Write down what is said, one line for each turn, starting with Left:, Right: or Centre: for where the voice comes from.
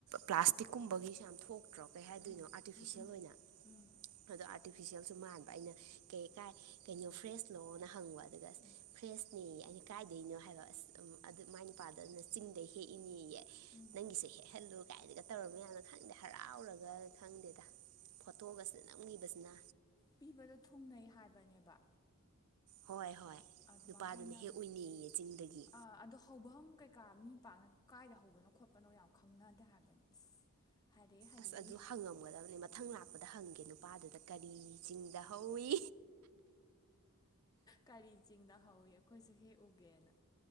Right: ꯄ꯭ꯂꯥꯁꯇꯤꯛꯀꯨꯝꯕꯒꯤꯁꯦ ꯌꯥꯝ ꯊꯣꯛꯇ꯭ꯔꯣ ꯀꯩ ꯍꯥꯏꯗꯣꯏꯅꯣ
Left: ꯎꯝ
Right: ꯑꯥꯔꯇꯤꯐꯤꯁꯦꯜ
Left: ꯎꯝ ꯎꯝ
Right: ꯑꯣꯏꯅ
Left: ꯎꯝ
Right: ꯑꯗꯣ ꯑꯥꯔꯇꯤꯐꯤꯁꯦꯜꯁꯨ ꯃꯥꯟ ꯑꯩꯅ ꯀꯩ ꯀꯥꯏ ꯀꯩꯅꯣ ꯐ꯭ꯔꯦꯁꯂꯣꯅ ꯍꯪꯕ ꯑꯗꯨꯒ
Left: ꯎꯝ
Right: ꯐ꯭ꯔꯦꯁ ꯅꯦ ꯑꯩꯅ ꯀꯥꯏꯗꯅꯣ ꯍꯥꯏꯕ ꯑꯁ ꯑꯗꯨ ꯃꯥꯏ ꯅꯨꯄꯥꯗꯨꯅ ꯆꯤꯡꯗꯩ ꯍꯦꯛꯏꯅꯦꯌꯦ
Left: ꯎꯝ
Right: ꯅꯪꯒꯤꯁꯨ ꯍꯦꯛꯍꯜꯂꯨ ꯀꯥꯏꯗꯒ ꯇꯧꯔꯃꯤ ꯌꯥꯅꯣ ꯈꯪꯗꯦ ꯍꯔꯥꯎꯔꯒ ꯈꯪꯗꯦꯗ ꯐꯣꯇꯣꯒꯁꯦ ꯅꯝꯒꯤꯕꯁꯤꯅ
Left: ꯄꯤꯕꯗꯣ ꯊꯨꯡꯅꯩ ꯍꯥꯏꯕꯅꯦꯕ
Right: ꯍꯣꯏ ꯍꯣꯏ
Left: ꯑꯗꯨꯃꯥꯏꯅ
Right: ꯅꯨꯄꯥꯗꯨꯅ
Left: ꯍꯥꯏꯅꯕꯅꯦ
Right: ꯍꯦꯛ ꯑꯣꯏꯅꯩꯌꯦ ꯆꯤꯡꯗꯒꯤ
Left: ꯑꯥ ꯑꯗꯣ ꯍꯧꯐꯝ ꯀꯩꯀꯥ ꯃꯤ ꯄꯥꯛꯅ ꯀꯥꯏꯗ ꯍꯧꯕꯅꯣ ꯈꯣꯠꯄꯅꯣ ꯌꯥꯝ ꯈꯪꯅꯗꯦ ꯍꯥꯏꯕꯅꯤ ꯏꯁ ꯍꯥꯏꯔꯦ ꯍꯥꯏꯔꯦ
Right: ꯑꯁ ꯑꯗꯨ ꯍꯪꯉꯝꯒꯗꯕꯅꯤ ꯃꯊꯪ ꯂꯥꯛꯄꯗ ꯍꯪꯒꯦ ꯅꯨꯄꯥꯗꯨꯗ ꯀꯔꯤ ꯆꯤꯡꯗ ꯍꯧꯋꯤ
Left: ꯀꯔꯤ ꯆꯤꯡꯗ ꯍꯧꯋ ꯑꯩꯈꯣꯏꯁꯨ ꯍꯦꯛ ꯎꯒꯦꯅ